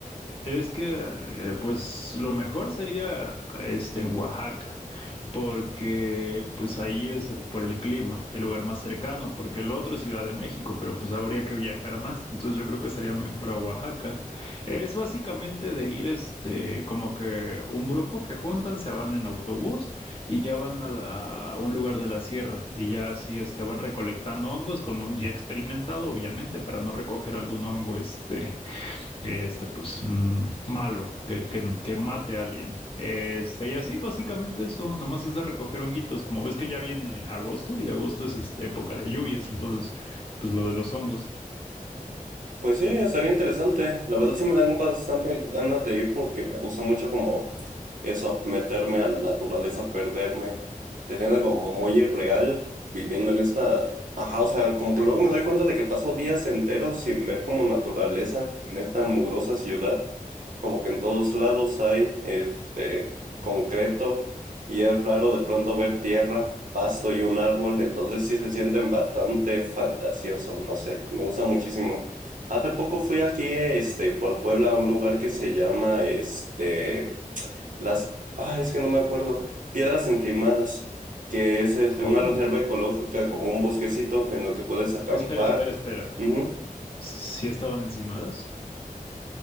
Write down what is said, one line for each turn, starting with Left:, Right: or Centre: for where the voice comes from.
Left: es que, eh, pues, lo mejor sería este en Oaxaca. porque pues ahí es eh, por el clima, el lugar más cercano, porque el otro es Ciudad de México, pero pues habría que viajar más, entonces yo creo que sería mejor a Oaxaca. Es básicamente de ir este, como que un grupo que juntan, se van en autobús y ya van a, la- a un lugar de la sierra y ya así este, van recolectando hongos con un guía experimentado, obviamente, para no recoger algún hongo este que este, pues, mm, malo, que, que, que mate a alguien. Este, y así, básicamente eso, nada más es de recoger honguitos, como ves que ya viene agosto y agosto es este, época de lluvias, entonces, pues lo de los hongos.
Right: Pues sí, estaría interesante. La verdad sí me dan bastante ganas de ir porque me gusta mucho como eso, meterme a la naturaleza, perderme. Se siente como muy irreal viviendo en esta... Ajá, o sea, como que luego me doy cuenta de que paso días enteros sin ver como naturaleza en esta mugrosa ciudad, como que en todos lados hay este concreto y es raro de pronto ver tierra, pasto y un árbol, entonces sí se sienten bastante fantasioso, no sé, me gusta muchísimo. Hace poco fui aquí, este, por Puebla a un lugar que se llama, este, las, ah, es que no me acuerdo. Piedras encimadas, que es este,
Left: Oh,
Right: una reserva ecológica, como un bosquecito en el que puedes acampar.
Left: espera, espera, espera.
Right: Ujú.
Left: ¿Sí estaban encimadas?